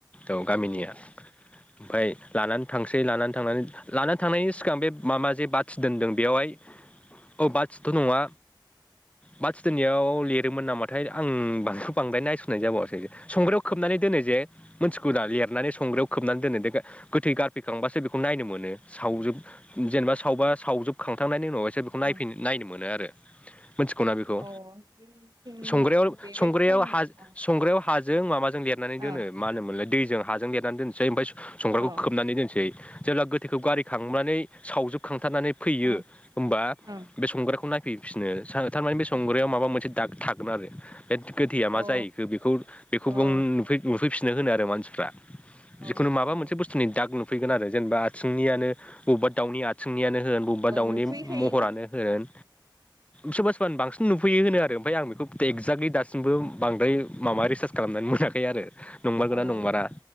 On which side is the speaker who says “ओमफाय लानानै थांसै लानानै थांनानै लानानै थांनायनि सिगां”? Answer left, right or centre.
Left